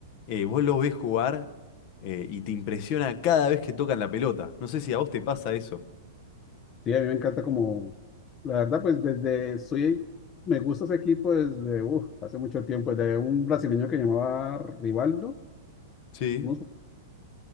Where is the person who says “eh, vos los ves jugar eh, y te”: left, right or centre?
Left